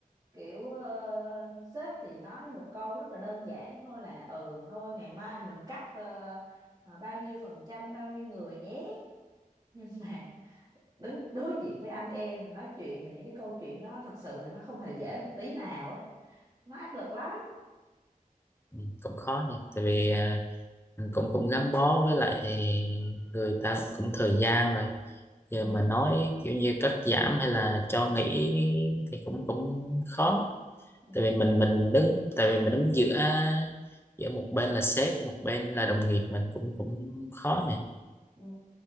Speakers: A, on the right; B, on the left.
A: kiểu ờ, sếp thì nói một câu rất là đơn giản thôi là ừ thôi ngày mai mình cắt ờ, ờ, bao nhiêu phần trăm bao nhiêu người nhé <laughs> nhưng mà đứng đối diện với anh em mà nói chuyện về những cái câu chuyện đó thật sự là nó không hề dễ một tí nào á nó áp lực lắm
B: Ừ, cũng khó nhỉ tại vì à, mình cũng cũng gắn bó với lại người ta cũng thời gian rồi giờ
A: ừ
B: mà nói kiểu như cắt giảm hay là cho nghỉ thì cũng cũng khó
A: ừ
B: tại vì mình mình đứng tại vì mình đứng giữa giữa một bên là sếp một bên là đồng nghiệp mình cũng cũng khó nhỉ
A: Ừ.